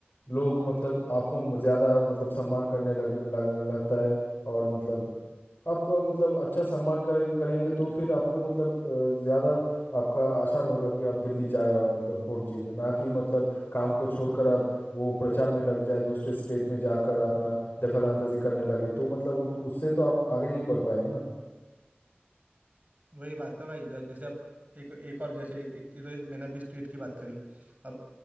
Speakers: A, on the left; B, on the right.
A: लोग मतलब आपको ज़्यादा मतलब सम्मान करने लग, लग लगता है और मतलब आपको मतलब अच्छा सम्मान करे करेंगे तो फिर आपको मतलब अ, ज़्यादा आपका आसार होगा कि आप दिल्ली जाए और मतलब वोट जीते ना कि मतलब काम को छोड़कर आप वो प्रचार में लग जाए दूसरे स्टेट में जाकर अपना दखल अंदाजी करने लगे तो मतलब उत- उससे तो आप आगे नहीं बढ़ पाएंगे ना
B: वही बात ना भाई ज- जैसे अब एक एक और जैसे एक, एक चीज़ तो मैंने अभी स्टेट की बात करी अब